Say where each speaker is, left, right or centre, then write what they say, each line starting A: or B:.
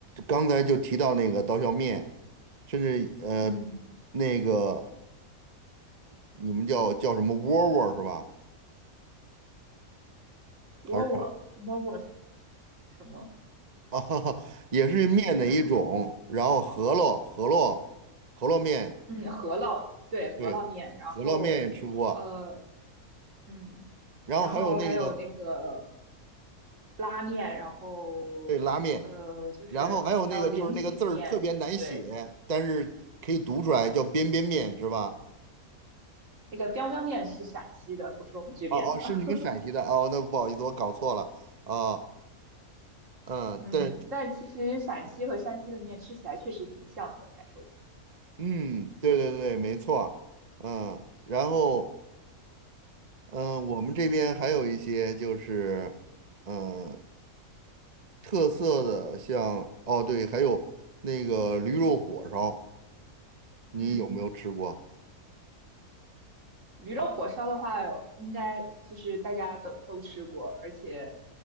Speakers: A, on the right; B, on the right.
A: 刚才就提到那个刀削面，甚至呃，
B: 嗯，
A: 那个你们叫叫什么窝窝儿是吧？
B: 窝窝窝窝是
A: 还是
B: 什么？
A: <laughs> 啊，也是面的一种，
B: 是？
A: 然后饸饹饸饹饸饹面，
B: 嗯，饸烙对，饸烙面，
A: 对，
B: 然后呃，
A: 饸饹面也吃过。
B: 嗯，
A: 然后还有那个
B: 然后还有那个拉面，然后呃，
A: 对拉面，
B: 就是还有菱形面，
A: 然后还有那个就是那个字儿特别难写，
B: 对，
A: 但是可以读出来，叫边边面是吧？
B: 那个 b i 面是陕西的，不是我们这边的。
A: 哦哦，是你们陕西的哦，那不好意思，我搞错了啊，嗯，
B: <laughs> 嗯，
A: 对，
B: 但其实陕西和山西的面吃起来确实挺像的，该说不说。
A: 嗯，对对对，没错儿嗯，然后嗯，呃我们这边还有一些就是嗯特色的像，哦对，还有那个驴肉火烧，你有没有吃过？
B: 嗯。驴肉火烧的话，应该就是大家都都吃过，而且，